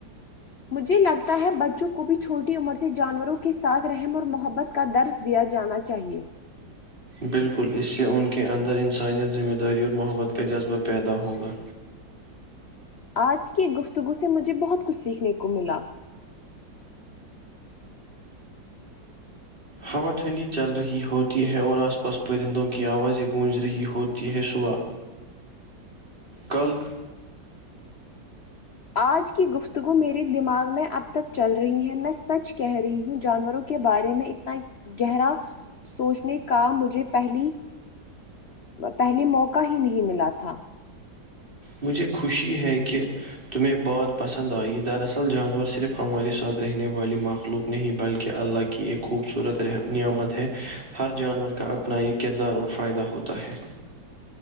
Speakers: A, on the left; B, on the right.
A: مجھے لگتا ہے بچوں کو بھی چھوٹی عمر سے جانوروں کے ساتھ رحم اور محبت کا درس دیا جانا چاہیے
B: بالکل اس سے ان کے اندر انسانیت ذمہ داری اور محبت کا جذبہ پیدا ہوگا
A: آج کی گفتگو سے مجھے بہت کچھ سیکھنے کو ملا
B: ہوا ٹھنڈی چل رہی ہوتی ہے اور آس پاس پرندوں کی آوازیں گونج رہی ہوتی ہے صبح کل
A: آج کی گفتگو میرے دماغ میں اب تک چل رہی ہے میں سچ کہہ رہی ہوں جانوروں کے بارے میں اتنا گہرا سوچنے کا مجھے پہلی پہلے موقع ہی نہیں ملا تھا
B: مجھے خوشی ہے کہ تمہیں بات پسند آئی دراصل جانور صرف ہمارے ساتھ رہنے والی مخلوق نہیں بلکہ اللہ کی ایک خوبصورت نعمت ہے ہر جانور کا اب اپنا یہ کردار اور فائدہ ہوتا ہے